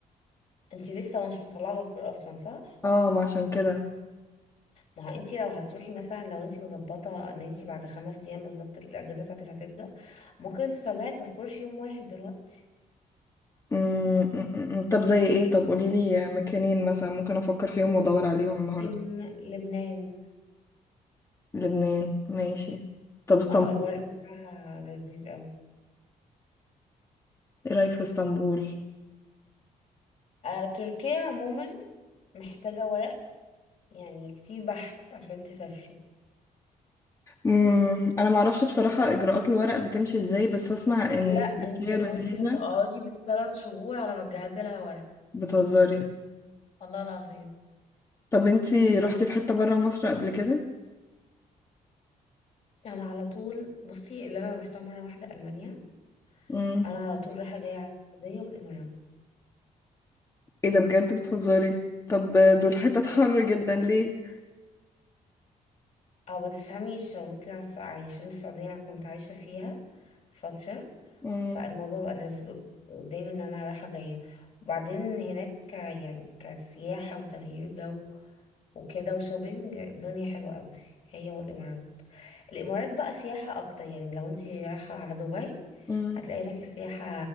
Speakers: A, on the left (about 55°); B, on the left (about 20°).
A: انت لسه مش مطلعه باسبور اصلا صح
B: اه ما عشان كده
A: ما هو انت لو هتروحي مثلا لو انت مظبطه ان انت بعد خمس ايام بالظبط الاجازه بتاعتك هتبدا ممكن تطلعي الباسبور في يوم واحد دلوقتي
B: أمم، أمم، أمم. طب زي ايه طب قوليلي مكانين مثلا ممكن أفكر فيهم وأدور عليهم النهاردة
A: لكن لبنان
B: لبنان ماشي طب اسطنبول
A: اه الورق بتاعها لذيذ قوي
B: ايه رأيك في اسطنبول
A: آه تركيا عموما محتاجه ورق يعني كتير بحت عشان تسافري
B: امم انا ما اعرفش بصراحة اجراءات الورق بتمشي ازاي بس اسمع ان
A: لا انت
B: تركيا
A: ممكن
B: لذيذة
A: تقعدي بالثلاث شهور على ما تجهزي لها ورق
B: بتهزري
A: والله العظيم
B: طب انتي رحتي في حتة برا مصر قبل كده
A: انا على طول بصي اللي انا رحتها مره واحده المانيا
B: امم
A: انا على طول رايحه جايه على السعوديه والامارات
B: ايه ده بجد بتهزري طب دول حتت حر جدا ليه
A: او ما تفهميش هو ممكن عس- يعني عشان السعودية انا كنت عايشة فيها فترة
B: امم
A: فالموضوع بقى لذيذ قد- قدامي ان انا رايحة جاية وبعدين هناك ك- يعني كسياحة وتغيير جو وكده وشوبينج الدنيا حلوة قوي هي والامارات الامارات بقى سياحة اكتر يعني لو انت رايحة على دبي
B: امم
A: هتلاقي هناك السياحة